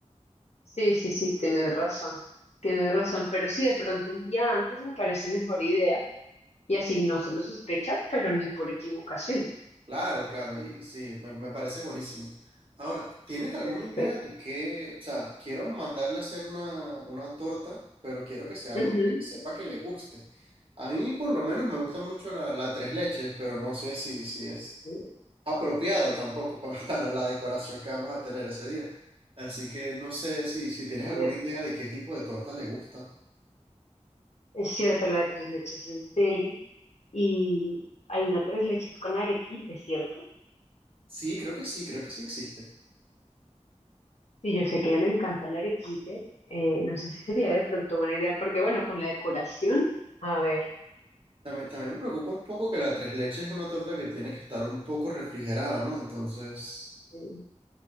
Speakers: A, on the left; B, on the right.
A: Sí, sí, sí, tienes razón, tienes razón, pero sí, de pronto un día antes me parece mejor idea y así no se lo sospecha, pero ni por equivocación.
B: Claro, claro, y sí, me, me parece buenísimo. Ahora, ¿tienes alguna
A: Perfecto.
B: idea de qué? O sea, quiero mandarle a hacer una, una torta, pero quiero que sea algo
A: Ujú,
B: que sepa que le guste. A mí por lo menos me gusta mucho la, la tres leches, pero no sé si, si es
A: Perfecto.
B: apropiado tampoco pa- <laughs> para la decoración que vamos a tener ese día. Así que no sé si, si tienes
A: Cierto.
B: alguna idea de qué tipo de torta le gusta.
A: Es cierto, la de tres leches es deli y hay una tres leches con arequipe, ¿cierto?
B: Sí, creo que sí, creo que sí existe.
A: Sí, yo sé que a ella le encanta el arequipe, eh, no sé si sería de pronto buena idea, porque bueno, con la decoración, a ver,
B: También, también me preocupa un poco que la tres leches es una torta que tiene que estar un poco refrigerada, ¿no? Entonces,
A: eh,